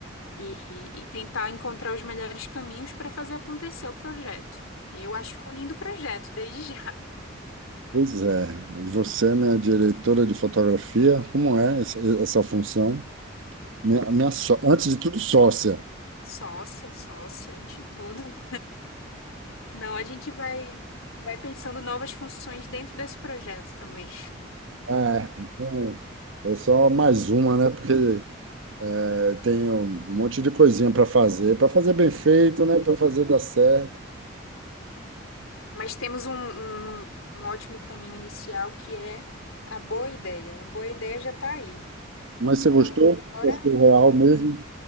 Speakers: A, on the left; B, on the right.
A: e, e tentar encontrar os melhores caminhos para fazer acontecer o projeto. Eu acho um lindo projeto, desde já.
B: Pois é, e você é minha diretora de fotografia, como é essa, essa função? Minha, minha só- antes de tudo, sócia.
A: Sócia, sócia, antes de tudo. Não, a gente vai, vai pensando novas funções dentro desse projeto também.
B: É, então, eu sou mais uma, né? Porque é, tenho um monte de coisinha para fazer, para fazer bem feito, né? Para fazer dar certo.
A: <laughs> Mas temos um, um, um ótimo caminho inicial que é a boa ideia. A boa ideia já está aí.
B: Mas você gostou?
A: O lance agora,
B: Porque o real mesmo